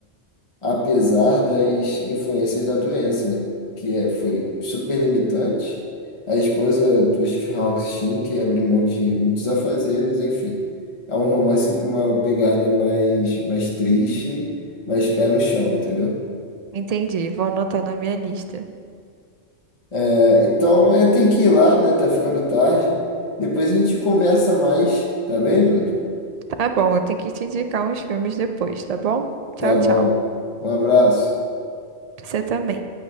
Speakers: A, on the left (about 30°); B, on the right (about 50°).
A: apesar das influências da doença, né? Que é, foi super limitante. A esposa do Stephen Hawking, que abre mão de muitos afazeres, enfim. É um romance com uma pegada mais, mais triste, mais pé no chão, entendeu?
B: Entendi, vou anotar na minha lista.
A: É, então, eu tenho que ir lá, né? Tá ficando tarde. Depois a gente conversa mais, tá bem, Duda?
B: Tá bom, eu tenho que te indicar uns filmes depois, tá bom? Tchau,
A: Tá bom.
B: tchau.
A: Um abraço.
B: Você também.